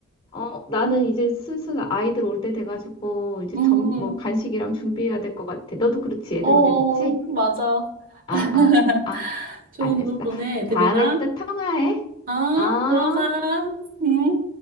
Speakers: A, on the left; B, on the right.
A: 어, 나는 이제 슬슬 아이들 올 때 돼가지고 이제
B: 응.
A: 점, 뭐 간식이랑 준비해야 될 것 같아. 너도 그렇지? 애들
B: 어, 어,
A: 올 때 됐지?
B: 맞아.
A: 아,
B: <laughs>
A: 아, 아,
B: 좋은
A: 알았어.
B: 오후 보내, 애들이랑.
A: 다음에 또 통화해.
B: 어,
A: 어?
B: 들어가. 응.